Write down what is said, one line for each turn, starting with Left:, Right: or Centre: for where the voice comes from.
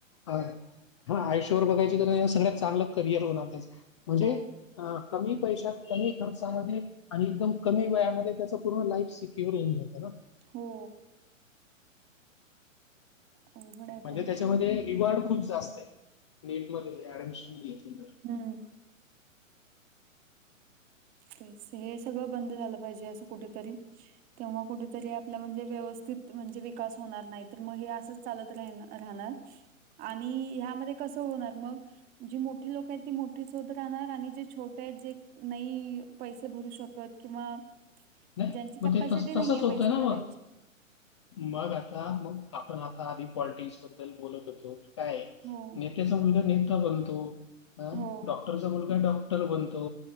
Left: ह ह आयुष्याभर बघायची क सगळ्यात चांगलं करियर होणार त्याच. म्हणजे
Right: हो
Left: अ कमी पैशात कमी खर्चामध्ये आणि एकदम कमी वयामध्ये त्याच पूर्ण लाईफ सिक्युअर होऊन जातं ना?
Right: हो. अवघड आहे
Left: म्हणजे
Right: पण
Left: त्याच्यामध्ये रिवॉर्ड खूप जास्त आहे नेटमध्ये ऍडमिशन घेतली तर
Right: हम्म. हेस हे सगळं बंद झालं पाहिजे असं कुठतरी. तेव्हा कुठतरी आपला म्हणजे व्यवस्थित म्हणजे विकास होणार नाही तर मग हे असंच चालत राहीन राहणार आणि ह्यामध्ये कसं होणार मग? जी मोठी लोक आहेत ती मोठीच होत राहणार आणि जे छोटे आहेत जे नई पैसे भरू शकत किंवा
Left: नाही
Right: ज्यांची
Left: मग
Right: कपॅसिटी
Left: ते तसंच
Right: नाही आहे
Left: होतंय
Right: पैसे
Left: ना मग
Right: भरायची
Left: मग आता मग आपण आता आधी पॉलिटिक्स बद्दल बोलत होतो. काय?
Right: हो,
Left: नेत्याचा मुलगा नेता बनतो. ह डॉ
Right: हो,
Left: डॉक्टरचा मुलगा डॉक्टर बनतो